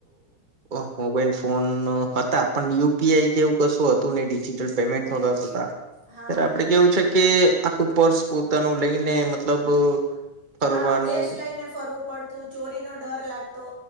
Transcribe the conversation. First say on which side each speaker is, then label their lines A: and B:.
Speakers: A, on the right; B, on the right.
A: અ મોબાઈલ ફોન હતા પણ યુપીઆઈ કેવું કશું હતું ડીગી ટલ પેમેન્ટ
B: હમ
A: <unintelligible>
B: હા
A: આપે કેવું છે કે આખું પર્સ પોતાનું લઈને મતલબ ફરવાનું
B: હા કેશ લઈને ફરવું પડતું ચોરીનો ડર લાગતો